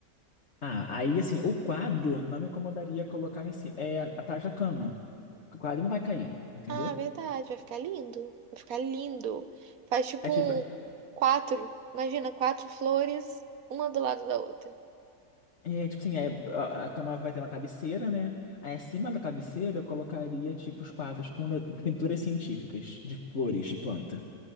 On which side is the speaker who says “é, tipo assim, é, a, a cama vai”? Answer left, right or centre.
Left